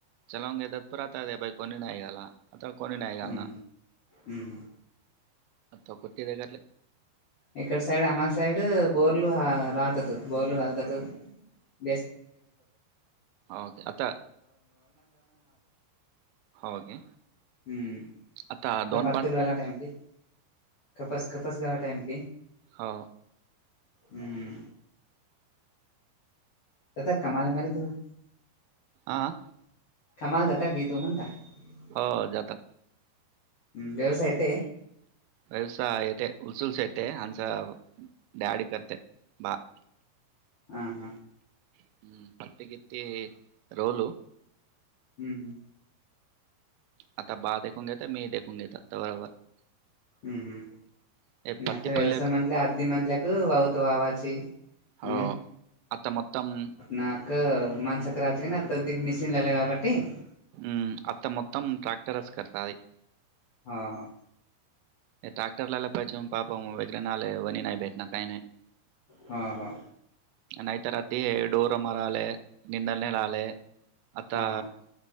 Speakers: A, on the right (about 90°); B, on the left (about 70°).
A: चलावे दत्पु आता बाई कोणी ना नाहीय काला <unintelligible> आतावा कोणी नाहीय
B: हम्म
A: घाल ना
B: हम्म हम्म
A: आतावा कु्टी द करले <unintelligible>
B: इकड सैड आम सईड बोर्ल ह रातात बोर्ल घलतात <unintelligible> <inaudible> <unintelligible>
A: ओके आता ओके
B: हम्मे
A: आता दोन
B: पत्तल कला एम क <unintelligible> कपास कपास गाडा टाईम की?
A: हो
B: हम्म. <unintelligible>
A: आं.
B: कमाल जाता की तू म्हता <unintelligible>
A: हो जात
B: व्यवसाय ते <unintelligible>
A: व्यवसा येते उलसुलता येते आचा दिडी करते बा <unintelligible>
B: हम् हम्.
A: हम्म कत्ते किती रोोल <unintelligible>
B: हम् हम.
A: आता बा देखून देत मी देखून घेतातता बरोबर <unintelligible>
B: हम् हम्.
A: हे पत्तीपल्लक
B: आता व्यवसाय म्हंटल्या आधी म्हणल्या ग वावाची. हम्म.
A: हो आता मतम <unintelligible>
B: नाक मनसेक राचका ना त मिशीीन लाले का बाटी <unintelligible>
A: <unintelligible>
B: हा हा.
A: हे टॅक्टरलालंला पाहिजे पापा वगैरे ना आले वणी नाही भेटणार काही नाही <unintelligible>
B: हा हा.
A: नाहीतर अधी हे डोर मार आले निंदल निला आले <unintelligible> आता
B: हा हा